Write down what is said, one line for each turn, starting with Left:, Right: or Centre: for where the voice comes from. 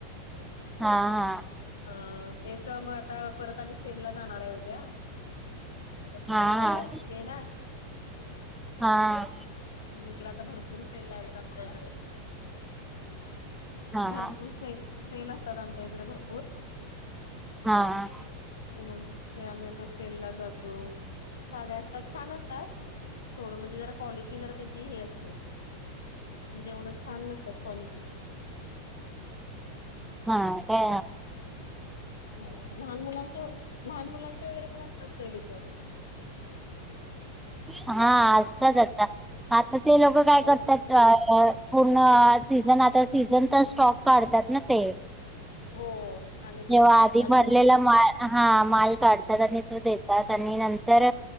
Centre: हा हा.
Left: हा. तेच मग आता परत आम्ही सेलला जाणार आहे उद्या. आता
Centre: हा हा
Left: रविवार सु्टी आहे ना?
Centre: हा.
Left: मग इकडे आता भरपूर सेल लागलेत आमच्या इकड.
Centre: हा
Left: भरपूर
Centre: हा
Left: सेल. सेल असतात आमच्या इकडे भरपूर.
Centre: हा.
Left: म्हणून. ते आम्ही आता सेलला जातो. साड्या असतात छान असतात. थोडं म्हणजे जरा क्वालिटी जरा त्याची हे असते. म्हणजे एवढं छान नसतात क्वालिटी.
Centre: हा का?
Left: ह. लहान मुलांचे-लहान मुलांचे वगैरे पण असतात सेल इथ.
Centre: हा. असतात आता. आता ते लोक काय
Left: हो
Centre: करतात? पूर्ण सीझन. आता सीझनचा स्टॉक काढतात ना ते?
Left: हो. आणि ते
Centre: जेव्हा
Left: आता आपल्याला
Centre: आधी भरलेला
Left: घेत
Centre: माल, हा. माल काढतात आणि तो देतात. आणि नंतर-